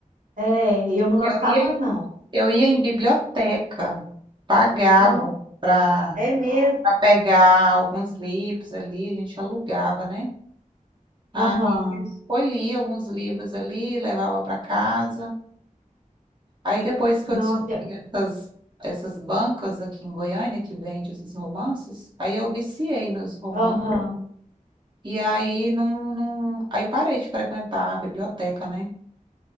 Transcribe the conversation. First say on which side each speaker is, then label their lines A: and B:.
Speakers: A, on the right (about 75°); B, on the right (about 35°).
A: É, eu não gostava,
B: Eu ia,
A: não.
B: eu ia em biblioteca, pagava.
A: Não,
B: para
A: é mesmo.
B: para pegar alguns livros ali, a gente alugava, né? Ah,
A: Aham.
B: e foi lia alguns livros ali, levava para casa. Aí depois que
A: Nossa,
B: eu descobri
A: eu-
B: essas, essas bancas aqui em Goiânia que vende esses romances, aí eu viciei nos romances.
A: aham.
B: E aí não, não, aí parei de frequentar a biblioteca, né?